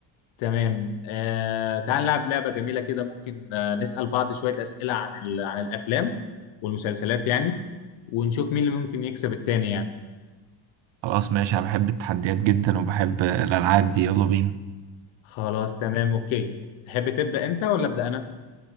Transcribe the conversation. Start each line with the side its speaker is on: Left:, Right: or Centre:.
Left: تمام آه... تعال نلعب لعبة جميلة كده ممكن آه... نسأل بعض شوية أسئلة عن ال... عن الأفلام والمسلسلات يعني ونشوف مين اللي ممكن يكسب التاني يعني
Right: خلاص ماشي انا بحب التحديات جدا وبحب آه، الالعاب دي يلا بينا
Left: خلاص تمام أوكي تحب تبدأ أنت ولا أبدأ أنا